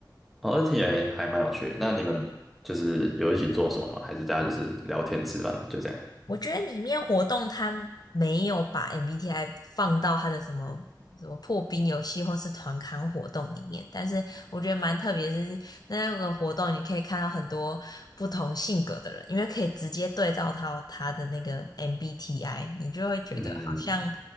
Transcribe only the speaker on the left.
我觉得里面活动它没有把 MBTI 放到它的什么什么破冰游戏或是团康活动里面，但是我觉得蛮特别的是，那个活动你可以看到很多不同性格的人，因为可以直接对照到他的那个 MBTI，你就会觉得好像